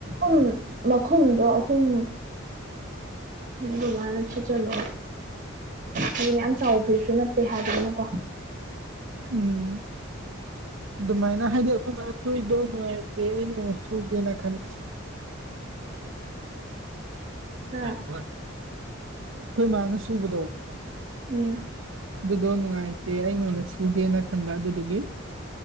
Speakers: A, on the right; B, on the right.
A: ꯎꯝ ꯃꯈꯨꯝꯗꯣ ꯑꯍꯨꯝ ꯗꯨꯃꯥꯏꯅ ꯊꯤꯆꯜꯂꯣ ꯍꯥꯏꯗꯤ ꯃꯌꯥꯝ ꯆꯥꯎꯕ ꯐꯩꯖꯨꯞꯁꯨ ꯅꯠꯇꯦ ꯍꯥꯏꯕꯅꯤꯅꯀꯣ
B: ꯎꯝ ꯗꯨꯃꯥꯏꯅ ꯍꯥꯏꯗꯤ ꯑꯈꯣꯏꯕꯥꯟ ꯅꯣꯏꯗꯣ ꯂꯣꯏ <unintelligible> ꯂꯣꯏꯔ ꯁꯨꯒꯦꯅ ꯈꯟꯕ <unintelligible>
A: ꯍꯥ
B: ꯈꯣꯏ ꯃꯥꯅ ꯁꯨꯕꯗꯣ
A: ꯎꯝ
B: ꯗꯨꯗꯣ ꯅꯨꯡꯉꯥꯏꯇꯦ ꯑꯩꯅ ꯑꯣꯏꯅ ꯁꯨꯒꯦꯅ ꯈꯟꯕ ꯑꯗꯨꯗꯨꯒꯤ